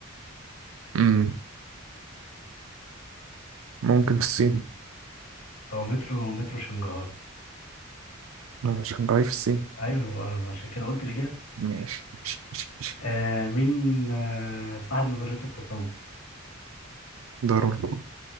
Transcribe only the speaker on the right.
مم. ممكن في الصين
لا مش شنغهاي في الصين
ماشي ماشي ماشي ماشي
ضروري